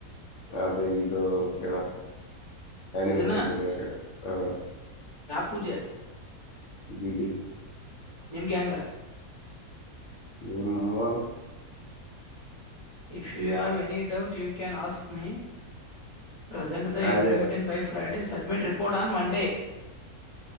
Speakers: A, on the left (about 65°); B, on the right (about 25°).
A: ಅದೇ ಇದು ಕೇಳಕ್. ಆನಿಮೇಷನ್
B: ಇದನ್ನ
A: ರಿಲೇಟೆಡ್ ಹ್ಮ್
B: ಪೂಜ.
A: ಗಿಡ್ಡಿ.
B: ನಿಮ್ gang.
A: <unintelligible>
B: If you have any doubt you can ask me. ಪ್ರೆಸೆಟ್ದ
A: ಅದೇ
B: ಇಂಪ್ಲಿಮೆಂಟ್ನಾ by five days. Submit report on Monday.